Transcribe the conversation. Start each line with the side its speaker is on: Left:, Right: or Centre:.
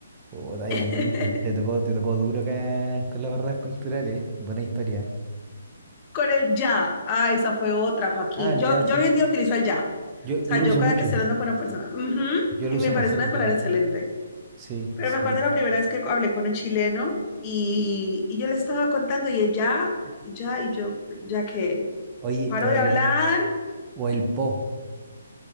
Right: Oh, Dayan,
Left: <laughs>
Right: te, te tocó, te tocó duro acá con las barreras culturales. ¿eh? Buena historia. ¿eh?
Left: Con el ya. Ah, esa fue otra, Joaquín.
Right: Ah, ya,
Left: Yo,
Right: sí.
Left: yo hoy en día utilizo el ya.
Right: Yo, yo
Left: O sea,
Right: lo
Left: yo
Right: uso
Left: cada
Right: mucho,
Left: que estoy hablando con una persona, ujú,
Right: yo lo
Left: y
Right: uso
Left: me
Right: demasiado
Left: parece una palabra
Right: ya,
Left: excelente.
Right: sí,
Left: Pero
Right: sí.
Left: me acuerdo la primera vez que hablé con un chileno y, y yo le estaba contando y él ya, ya, y yo, ya que
Right: Oye,
Left: paro
Right: o
Left: de
Right: el,
Left: hablar,
Right: o el po,